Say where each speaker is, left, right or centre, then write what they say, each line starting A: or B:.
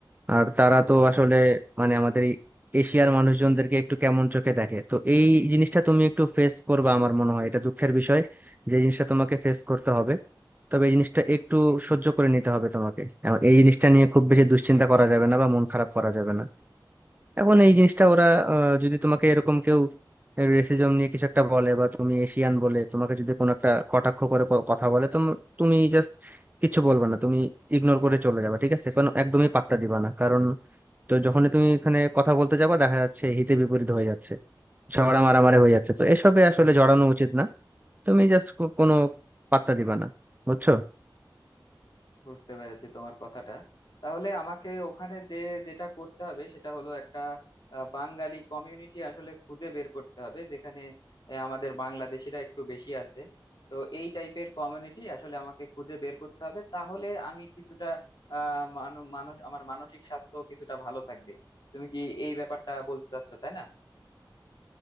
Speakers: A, on the right (about 20°); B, on the left (about 60°).
A: আর তারা তো আসলে মানে আমাদের এই এশিয়ার মানুষজনদেরকে একটু কেমন চোখে দেখে তো এই জিনিসটা তুমি একটু ফেস করবে আমার মনে হয় এটা দুঃখের বিষয় যে এই জিনিসটা তোমাকে ফেস করতে হবে তবে এই জিনিসটা একটু সহ্য করে নিতে হবে তোমাকে এখন এই জিনিসটা নিয়ে খুব বেশি দুশ্চিন্তা করা যাবে না বা মন খারাপ করা যাবে না এখন এই জিনিসটা ওরা আহ, যদি তোমাকে এরকম কেউ রেসিজম নিয়ে কিছু একটা বলে বা তুমি এশিয়ান বলে তোমাকে যদি কোনো একটা কটাক্ষ করে ক- কথা বলে তো তুমি জাস্ট কিছু বলবে না তুমি ইগনোর করে চলে যাবে ঠিক আছে কারণ একদমই পাত্তা দিবা না কারণ তো যখনই তুমি এখানে কথা বলতে যাবা দেখা যাচ্ছে হিতে বিপরীত হয়ে যাচ্ছে ঝগড়া মারামারি হয়ে যাচ্ছে তো এসবে আসলে জড়ানো উচিত না তুমি জাস্ট কোনো পাত্তা দিবা না বুঝছো
B: বুঝতে পেরেছি তোমার কথাটা তাহলে আমাকে ওখানে যে যেটা করতে হবে সেটা হলো একটা আহ, বাঙালি কমিউনিটি আসলে খুঁজে বের করতে হবে যেখানে আহ, আমাদের বাংলাদেশিরা একটু বেশি আছে তো এই টাইপের কমিউনিটি আসলে আমাকে খুঁজে বের করতে হবে তাহলে আমি কিছুটা আহ মানু- মানুষ আমার মানসিক স্বাস্থ্য কিছুটা ভালো থাকবে তুমি কি এই ব্যাপারটা বলতে চাচ্ছো তাই না